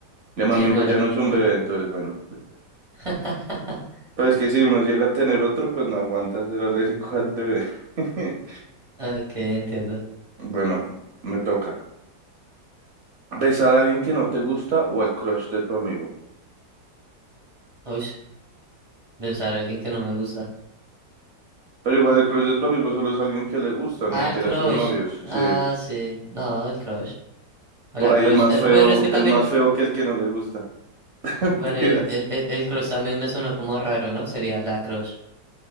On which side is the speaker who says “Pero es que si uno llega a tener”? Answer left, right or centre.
Right